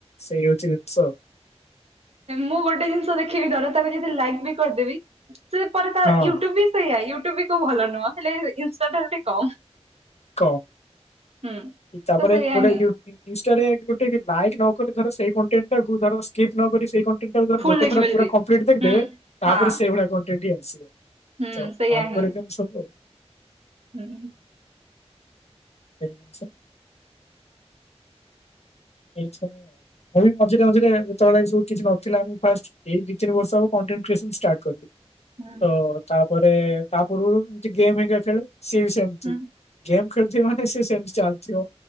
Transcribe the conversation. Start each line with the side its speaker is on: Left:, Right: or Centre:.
Left: ସେଇ ହୋଉଛି ଜିନିଷ
Right: ମୁଁ ଗୋଟେ ଜିନିଷ ଦେଖିବି ଧର ତାକୁ ଯଦି ଲାଇକ୍ ବି କରିଦେବି ସେ ପରେ ତ
Left: ହଁ
Right: ୟୁଟ୍ୟୁବ ବି ସେଇଆ ୟୁଟ୍ୟୁବ ବି କୋଉ ଭଲ ନୁହଁ ହେଲେ ଇନଷ୍ଟା ଟା କମ୍
Left: କ
Right: ହୁଁ।
Left: ତାପରେ
Right: ତ ସେଇଆ
Left: ଗୋଟେ
Right: ହିଁ
Left: ୟୁଟ୍ୟୁବ ଇନଷ୍ଟାରେ ଗୋଟେ ଲାଇକ ନ ହିଲି ଧର ସେଇ କଣ୍ଟେଣ୍ଟ ଟାକୁ ଧର ସ୍କିପ ନ କରି ସେଇ କଣ୍ଟ ଣ୍ଟେ ଟାକୁ ଧର
Right: ଫୁଲ
Left: ଗୋଟେ
Right: ଦେଖିବ
Left: ଥର ପୁରା
Right: ଯଦି
Left: କଂପ୍ଲିଟ୍ କରିଦେବେ
Right: ହୁଁ
Left: ତାପରେ
Right: ହଁ
Left: ସେଇଭଳିଆ ଆସିବ କଣ୍ଟେଣ୍ଟ ହିଁ ଆସିବ।
Right: ହୁଁ
Left: ତ
Right: ସେଇଆ
Left: ଆଲଗରେ
Right: ହିଁ।
Left: କେମ ସବୁ
Right: ହୁଁ।
Left: ସେଇ ସ <unintelligible> ଏଇ ମଝିରେ ମଝରେ ଯେତେବେଳେ ସବୁ କିଛି ନଥିଲା ମୁ ଫାଷ୍ଟ ଏଇ ଦିଇ ତିନି ବର୍ଷ ହବ କଣ୍ଟେଣ୍ଟ କ୍ରିଏସନ ଷ୍ଟାର୍ଟ କଲି।
Right: ହୁଁ
Left: ତ ତାପରେ ତା ପୂର୍ବରୁ ଏମତି ଗେମ ହେଇ ସେ ସେମତି
Right: ହୁଁ
Left: ଗେମ ଖେଳୁଥିବେ ମାନେ ସେ ସେମତି ଚାଲଥିବ।